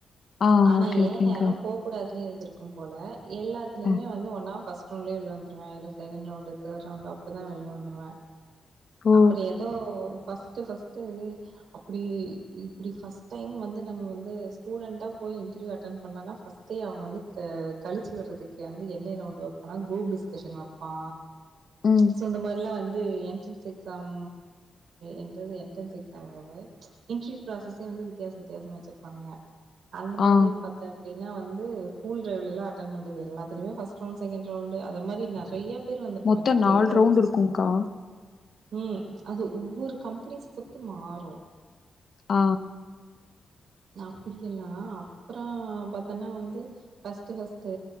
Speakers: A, on the left; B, on the right.
A: ஆ
B: ஆனா
A: ஓகே ஓகேங்க்கா
B: எ நேரம் போக கூடாதுனே இருந்திருக் கும் போல எல்லாத்லயுமே
A: ஆ
B: ஃபஸ்ட் ரவுண்டலயே வெளிய வந்துருவ இல்ல second round third round up to தா வெள்ல வந்துருவே
A: ஓ
B: அப்பறோ எதோ ஃபஸ்ட்டு ஃபஸ்ட்டு அப்டி இப்டி ஃபஸ்ட் டைம் வந்து நம்ம வந்து ஸ்டூடெண்ட்டா போய் இன்டர்வியூ அட்டென் பண்ணனனா ஃபஸ்ட்டே அவன் வந்து கழிச்சு விடுறதுக்கு து என்ன ரவுண்ட் வைப்பனா குரூப் டிஸ்கஷன் வைப்பா
A: ம்
B: சோ இந்த மாரில்லா வந் இது என்ட்ரன்ஸ் எக்ஸாம் என்றது என்ட்ரன்ஸ்ங்குற மாரி இன்டர்வியூ ப்ராஸ்சசே வந்து வித்தியாச வித்தியாசமா வச்சிருப்பானுக அந்த மாதிரி
A: ஆ
B: பாத்தா எப்டி என்ன வந்து ஃபூல் டிரைவ்லல்லா அட்டன் பண்றது எல்லா இதுமே பஸ்ட் ரவுண்ட் செகண்ட் ரவுண்டு அத மாரி நெறைய பேர் வந்திருப்பாங்க
A: மொத்த
B: நெறைய
A: நாலு
B: காலேஜஸ்லருந்து
A: ரவுண்ட் இருக்கும்கா
B: ம் அது ஒவ்வொரு கம்பெனிஸ் பொர்த்து மாறு
A: ஆ
B: அப்படி எல்லா அப்பறோ பாத்தன்னா வந்து ஃபஸ்ட்டு ஃபஸ்ட்டு